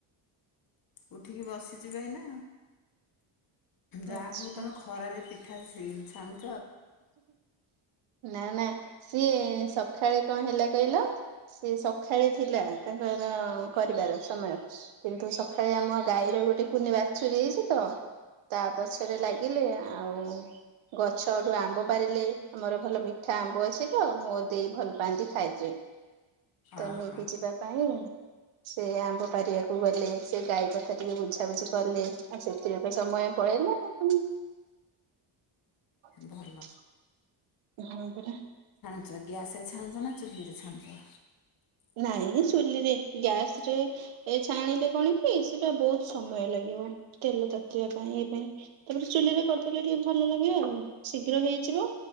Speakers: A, on the left; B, on the right.
A: ଉଠିକି ବସିଚି ବା ଏଇନା।
B: ଆଚ୍ଛା
A: ଯାହା ହଉ ତୋମେ ଖରାରେ <inaudible> ପିଠା ସେଇ ଛାଣୁ
B: ନା ନା ସିଏ ସଖାଳେ କଣ ହେଲା କହିଲ, ସିଏ ସଖାଳେ ଥିଲା ତାଙ୍କର କରିବାର ସମୟ କିନ୍ତୁ ସଖାଳେ ଆମ ଗାଈର ଗୋଟେ କୁନି ବାଛୁରୀ ହେଇଚି ତ ତା ପଛରେ ଲାଗିଲେ ଆଉ ଗଛ ତୋଠୁ ଆମ୍ବ ପାରିଲେ ଆମର ଭଲ ମିଠା ଆମ୍ବ ଅଛି ତ ମୋ ଦେଇ ଭଲ ପାଆନ୍ତି ଖାଇତେ। ତ
A: ଅହ
B: ନେଇକି ଯିବା ପାଇଁ ସେ ଆମ୍ବ ପାରିବାକୁ ଗଲେ, ସେ ଗାଈ କଥା ଟିକେ ବୁଝାବୁଝି କଲେ, ଆଉ ସେଥିରେ ତ ସମୟ ପଳେଇଲା ଆଉ। <inaudible>
A: ଭଲ
B: ହଁ ପରା।
A: ଛ-ଗ୍ୟାସ୍ ରେ ଛାଣୁଚ ନା ଚୁଲିରେ ଛାଣୁଚ?
B: ନାଇଁ ଚୁଲିରେ ଗ୍ୟାସ୍ ରେ ଏ ଛାଣିଲେ କଣ କି ସେଟା ବହୁତ ସମୟ ଲାଗିବ, ତେଲ ତାତିିବା ପାଇଁ ଏଇ ପାଇଁ, ତାପରେ ଚୁଲିରେ କରିଦେଲେ ଟିକେ ଭଲ ଲାଗିବ ଆଉ ଶୀଘ୍ର ହେଇଯିବ